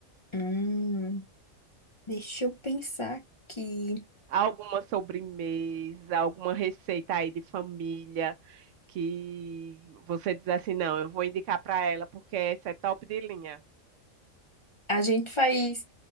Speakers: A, on the left; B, on the right.
A: Hum, deixa eu pensar aqui.
B: Alguma sobremesa, alguma receita aí de família que você diz assim, não, eu vou indicar para ela porque essa é top de linha.
A: A gente faz.